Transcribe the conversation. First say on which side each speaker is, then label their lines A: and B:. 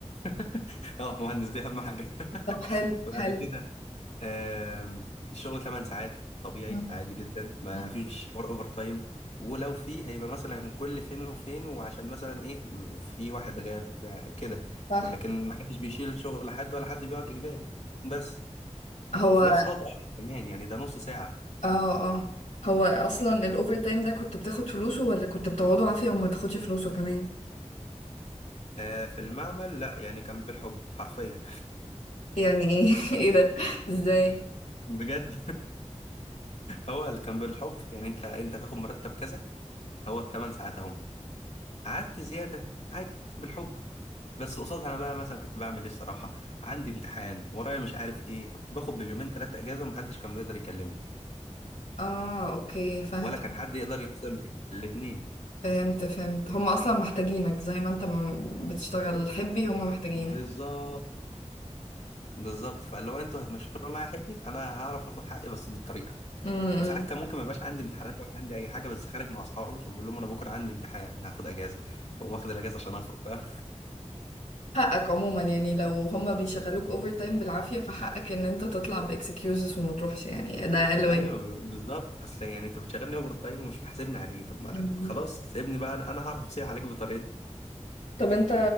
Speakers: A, on the left (about 65°); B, on the left (about 85°).
A: <laughs> اه مهندس دي اهم حاجة
B: طب
A: <laughs>
B: حلو
A: بعد
B: حلو
A: كده آم، الشغل 8 ساعات طبيعي
B: مم.
A: عادي جدا ما
B: مم.
A: فيش حوار اوفر تايم ولو فيه هيبقى مثلا كل فين وفين وعشان مثلا ايه في واحد غاب كده
B: صح
A: لكن ما حدش بيشيل شغل حد ولا حد بيقعد اجباري بس
B: هو
A: وفي نفس الوقت أربع كمان يعني ده نص ساعة
B: اه اه هو اصلا الاوفر تايم ده كنت بتاخد فلوسه ولا كنت بتقعده عافية وما تاخدش فلوسه كمان
A: آه، في المعمل لا يعني كان بالحب حرفيا
B: يعني ايه <laughs> ايه ده ازاي
A: <laughs> بجد هو اللي كان بالحب يعني انت انت تاخد مرتب كذا هو الثمان ساعات اهم قعدت زيادة عادي بالحب بس قصادها انا بقى مثلا كنت بعمل ايه الصراحه عندي امتحان ورايا مش عارف ايه كنت باخد باليومين ثلاثه اجازه ومحدش كان بيقدر يكلمني
B: اه اوكي فاهم
A: ولا كان حد يقدر يخصم لي الاثنين
B: فهمت فهمت هم اصلا محتاجينك زي ما انت م- بتشتغل حبي هم محتاجينك
A: بالظبط بالظبط فلو انتوا هتمشوا معايا يا حبي انا هعرف اخد حقي بس بالطريقه
B: امم
A: وساعات كان ممكن ما يبقاش عندي امتحانات ولا عندي اي حاجه بس خارج مع اصحابي فبقول لهم انا بكره عندي امتحان هاخد اجازه فاقوم واخد الاجازه عشان اخرج فاهم
B: حقك عموما يعني لو هم بيشغلوك اوفر تايم بالعافية فحقك ان انت تطلع باكسكيوزز وما تروحش يعني ده
A: <laughs>
B: اقل واجب
A: ايوه ب- بالظبط اصل يعني انت بتشغلني اوفر تايم ومش محاسبني عليه طب ما
B: مم.
A: خلاص سيبني بقى انا أنا هعرف اصيح عليك بطريقتي
B: طب انت